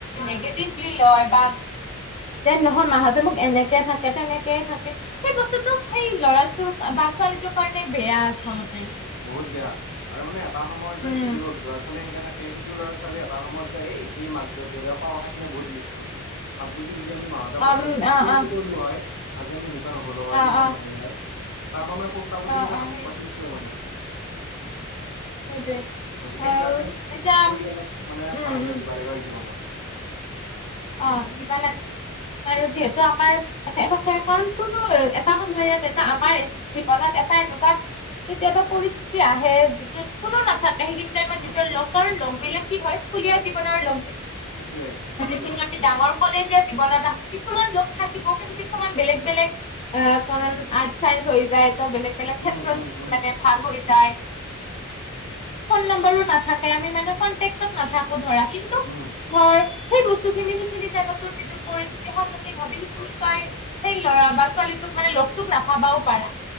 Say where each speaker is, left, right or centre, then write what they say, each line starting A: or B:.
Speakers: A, on the left (about 25°); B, on the left (about 60°).
A: নিগেটিভ ই লয় বা যে নহয় মাহঁতে মোক এনেকে থাকে তেনেকে থাকে, সেই বস্তুটো সেই ল'ৰাটোৰ বা ছোৱালীটো কাৰণে বেয়া আচলতে।
B: বহুত বেয়া, আৰু মানে এটা সময়ত
A: উম
B: যিটো ল'ৰা -ছোৱালীয়ে সংকা থাক সিটো ল'ৰা -ছোৱালী এটা সময়ত যায় এইখিনি মাক -দেউ দেউতাক কোৱা কথাখিনি বহুত মিছ কৰিব ভাব যি যদি আমি মাহতে কলে,
A: আম
B: আমি
A: অ
B: মাহ
A: অ
B: <inaudible> কৰিলো হয় আজি আমি এনেকুৱা নহলো হয়
A: অ
B: তেনেকুৱা
A: অ
B: নহলো হয়। তামানে পষ্ঠা বুজি
A: অ
B: মানে
A: অ
B: হানড্ৰেড
A: সেই
B: পাৰ্ছেন চিয়ৰ মানে
A: সেইটোৱে
B: গতিকে
A: আৰু
B: সেইকাৰণে
A: এতিয়া
B: পৰিয়ালক মানে
A: উম
B: প্ৰাধান্য
A: উম
B: দিব লাগে আৰু জীৱনত।
A: অ দিবা লাগে। আৰু যিহেতু আমাৰ শেষ আছে কাৰণ কোনো এটা সময়ত এটা আমাৰ জীৱনত এটা এনেকুৱা কেতিয়াবা পৰিস্থিতি আহে, যিটোত কোনো নাথা সেইখিনি টাইমত
B: উম
A: নিজৰ
B: উম
A: লগৰ লগ বিলাক কি হয় স্কুলীয়া জীৱনৰ লগ।
B: সেইটোৱে সেইটোৱে।
A: কিন্তু আমি ডাঙৰ কলে যে জীৱনত কিছুমান লোক থাকিব। কিছুমান বেলেগ বেলেগ আ আৰ্ট চাইস হৈ যায়। ত বেলেগ বেলেগ ক্ষেত্ৰত
B: উম উম উম
A: মানে ভাল
B: উম
A: হয়
B: উম
A: যাই। নম্বৰো নাথাকে আমি মানে কণ্ঠেকত নাথাকো ধৰা কিন্তু
B: উম
A: ধৰ সেই বস্তু। সিখিনি সিখিনি টাইমত যিটো পৰিস্থিতি সন্মুখীন হবি। তই সেই ল'ৰা বা ছোৱালীটোক মানে লগটোক নাাপাবাও পাৰা।